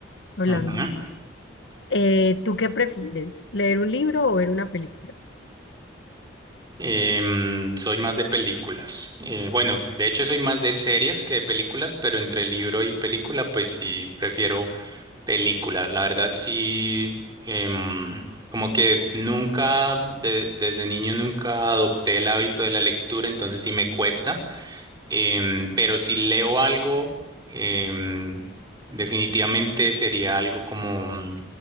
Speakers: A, on the left; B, on the right.
A: hablando,
B: Ujú.
A: eh, ¿tú qué prefieres? ¿Leer un libro o ver una película?
B: Em, soy más de películas. Eh, bueno, de hecho soy más de series que de películas, pero entre libro y película, pues sí, prefiero Película, la verdad sí, em, como que nunca, de- desde niño nunca adopté el hábito de la lectura, entonces sí me cuesta, Em, pero si leo algo, em, definitivamente sería algo como mm,